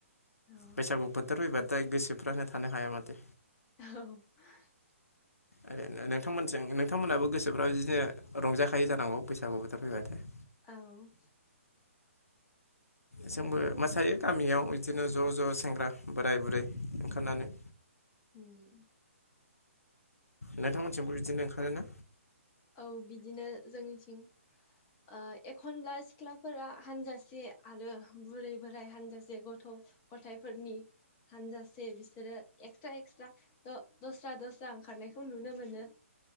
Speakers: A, on the left (about 25°); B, on the left (about 85°).
A: औ
B: बैसागु बोथोर फैबा थाय गोसोफ्रानो थानो हाया माथो
A: औ
B: ओरैनो नोंथांमोनथिं नोंथांमोनहाबो गोसोफ्राबाव बिदिनो रंजाखायो जानांगौ बैसागु बोथोर फैबाथाय
A: औ
B: जोंबो मोसायो गामियाव बिदिनो ज' ज' सेंग्रा बोराय बुरै ओंखारनानै।
A: उम
B: नोंथांमोनथिंबो बिदिनो ओंखारोना
A: औ बिदिनो जोंनिथिं ओ एखनब्ला सिख्लाफोरा हानजासे आरो बुरै बोराय हानजासे गथ' गथायाइफोरनि हानजासे बिसोरो एक्सट्रा एक्सट्रा द-दस्रा दस्रा ओंखारनायखौ नुनो मोनो।